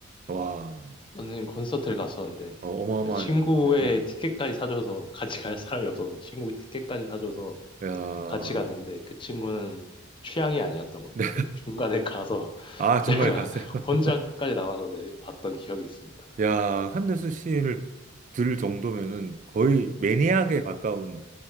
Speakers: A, on the right; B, on the left.
A: 와,
B: 선생님 콘서트를 갔었는데
A: 어, 어마어마하네요.
B: 제가 친구의
A: 네. <laughs>
B: 티켓까지 사줘서 같이 갈 사람이 없어서 친구의 티켓까지 사줘서
A: 야,
B: 같이 갔는데 그 친구는 취향이 아니었던 거예요.
A: 네,
B: 그래서 중간에 가서
A: 아 중간에
B: <laughs>
A: 갔어요.
B: 제가
A: <laughs>
B: 혼자 끝까지 남아서 내 봤던 기억이 있습니다.
A: 야, 한대수 씨를 들 정도면은 거의 매니악에 가까운